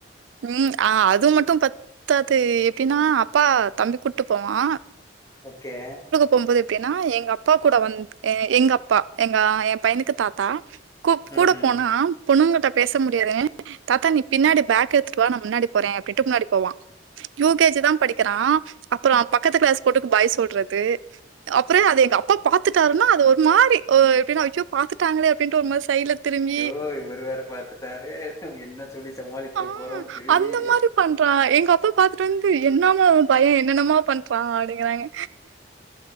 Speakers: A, on the right (about 85°); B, on the left (about 20°).
A: ம் ஆ அது மட்டு பத் த்தாது எப்பின்னா அப்பா தம்பி கூட்டு போவா
B: ஒகே
A: போம்போது எப்டின்னா எங்க அப்பா கூட வந் எ எங்க அப்பா எங்கா எயா பையனுக்கு தாத்தா கூ கூடப்போன்
B: ம்
A: ஆம் பொண்ணுங்கட்ட பேச முடியாது தாத்தா நீ பின்னாடி பேக் எடுத்துட்டு வா நா முன்னாடி போறே அப்டின்டு முன்னாடி போவா யு கே ஜி தா படிக்கிறா அப்புறோ பக்கத்து கிளாஸ் போட்டுக்கு பாய் சொல்றது அப்றோ அது எங்க அப்பா பாத்துட்டாருன்னா அது ஒரு மாரி ஓ எப்டினா ஐயோ பாத்துட்டாங்களே அப்டின்ட்டு ஒரு மாரி சைடுல திரும்பி
B: ஓய் இவறு வேற பாத்து ட்டாரே என்ன சொல்லி சமாளிக்க
A: ஆ
B: போறோன்னு தெரிலையே
A: அந்த மாரி பண்றான். எங்க அப்பா பாத்துட்டு வந்து என்னாமா பையே என்னென்னமா பண்றா அப்டிங்கறாங்க